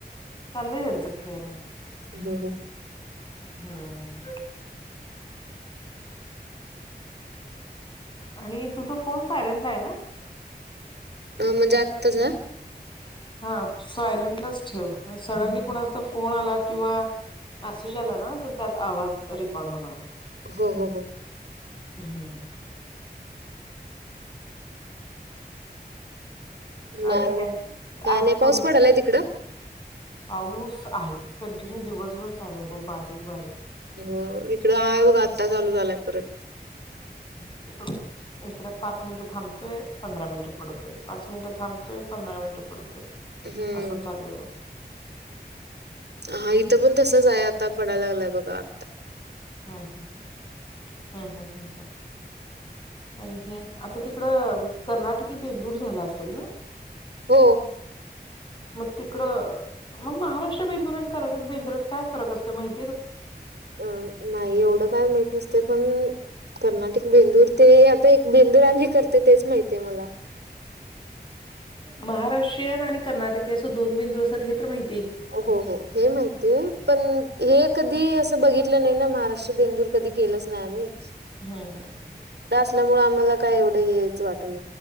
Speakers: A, on the left; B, on the right.
A: चाले दिन सिखेने
B: हो.
A: हम्म. आणि तुझ फोन सायलेंटला आहे ना.
B: हो म्हणजे आत्ताच.
A: हा सायलेंटलाच ठेव सडनली कणाचा फोन आला किंवा मेसेज आला ना तर त्यात आवाज रेकॉर्ड होणार.
B: हा ह ह.
A: हम्.
B: नाही
A: आणि
B: नाही
A: काय?
B: काय
A: आज
B: नाही
A: कोण
B: पाऊस पडलाय तिकडं.
A: पाऊस आहे कंटिन्यू दिवसभर चालू आहे ग बारीक बारीक
B: हो इकड आहे बघ आता चालू झालाय परत
A: ह. इकडं पाच मिनटं थांबतोय पंधरा मिनिट पडतोय पाच मिनिटं थांबतोय पंधरा मिनिट पडतय.
B: हम्म
A: असं चालू.
B: हा इथं पण तसच आहे आता पडाला लागलाय बघा आता
A: हा हम हा हा हा हा. आणि हे आता तिकडं कर्नाटकी बेंदूर झाला असेल ना.
B: हो.
A: मग तिकडं मग महाराष्ट्र बेंदुर आणि क बेंदुरात काय फरक असते माहि
B: अं नाही एवढं काय माहित नसते. पण कर्नाटिक बेंदूर ते आता एक बेंदूर आणि करते तेच माहित आहे मला. <inaudible>
A: महाराष्ट्रीयन आणि कर्नाटक अस दोन बिंदू असतात हे तर माहिती.
B: हो हो हे माहितीय पण हे कधी असं बघित लं नाही ना महाराष्ट्र बेंदूर कधी केलंच नाही आम्ही
A: हम
B: त्यामुळे आम्हाला काय एवढे हेच वाटल